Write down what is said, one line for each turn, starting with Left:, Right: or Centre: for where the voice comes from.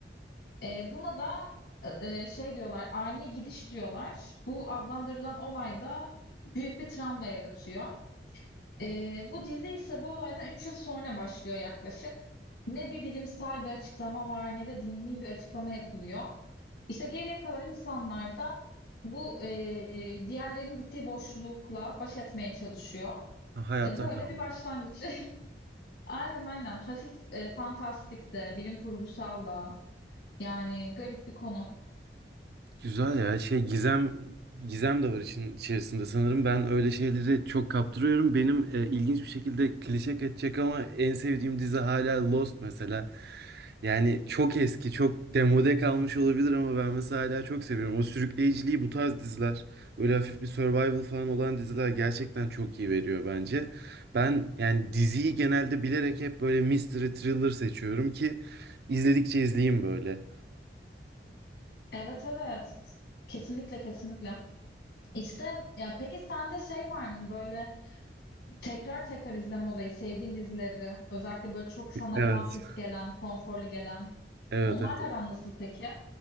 Left: E, buna da e, e, şey diyorlar, ani gidiş diyorlar. Bu adlandırılan olay da büyük bir travma yaratıyor. E, bu dizi ise bu olaydan 3 yıl sonra başlıyor yaklaşık. Ne bir bilimsel bir açıklama var ne de dini bir açıklama yapılıyor. İşte geriye kalan insanlar da bu e, diğerlerinin gittiği boşlukla baş etmeye çalışıyor.
Right: Ha, Hayatta
Left: E, Böyle
Right: kalma.
Left: bir başlangıç. <laughs> Aynen aynen. Hafif e, fantastik de, bilim kurgusal da. Yani garip bir konu.
Right: Güzel ya. Şey gizem gizem de var için içerisinde sanırım. Ben öyle şeyleri çok kaptırıyorum. Benim e, ilginç bir şekilde klişe kaçacak ama en sevdiğim dizi hala Lost mesela. Yani çok eski, çok demode kalmış olabilir ama ben mesela hala çok seviyorum. O sürükleyiciliği bu tarz diziler, böyle hafif bir survival falan olan diziler gerçekten çok iyi veriyor bence. Ben yani diziyi genelde bilerek hep böyle mystery thriller seçiyorum ki izledikçe izleyeyim böyle.
Left: Evet evet. Kesinlikle kesinlikle. İşte ya peki sende şey var mı böyle tekrar tekrar izleme olayı, sevdiğin dizileri, özellikle böyle çok sana
Right: Evet.
Left: comfort gelen, konforlu gelen.
Right: Evet,
Left: Onlarla
Right: evet.
Left: aran nasıl peki?